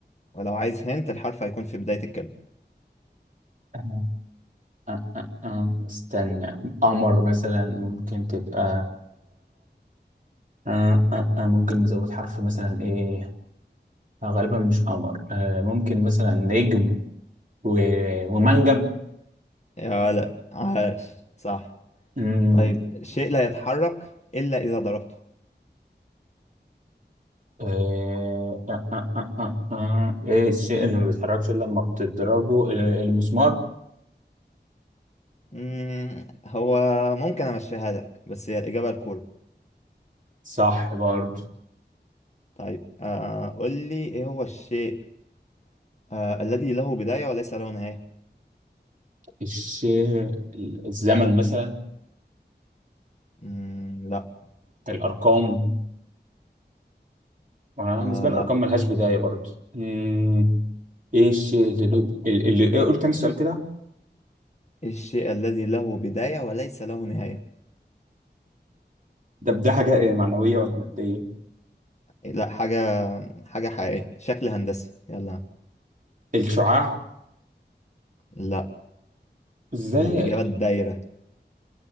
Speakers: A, on the left; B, on the right.
A: ولو عايز هنت الحرف هيكون في بداية الكلمة
B: آه، آه، آه، آه، استنى قمر مثلا ممكن تبقى آه، آه، آه، ممكن نزود حرف مثلا ايه آه، غالبا مش قمر آه، ممكن مثلا نجم و... ومنجم
A: يا ولد عاش صح
B: مم،
A: طيب شيء لا يتحرك إلا إذا ضربته
B: آه، آه، آه، آه، آه، آه، ايه الشيء اللي ما بيتحركش الا لما بتضربه آه، المسمار
A: مم هو ممكن أمشيها لك بس هي الإجابة الكورة
B: صح برضه
A: طيب آه قول لي إيه هو الشيء آه الذي له بداية وليس له نهاية
B: الشيء الزمن مثلا
A: مم لا
B: الارقام أنا
A: آه
B: بالنسبة لي
A: لا
B: الأرقام ملهاش بداية برضه مم. إيه الشيء اللي لو... اللي اللي- إيه قلت تاني السؤال كده
A: إيه الشيء الذي له بداية وليس له نهاية
B: ده ده حاجة إيه معنوية ولا مادية؟
A: لا حاجة حاجة حقيقية شكل هندسي يلا يا عم.
B: الشعاع
A: لا
B: إزاي
A: الإجابة الدايرة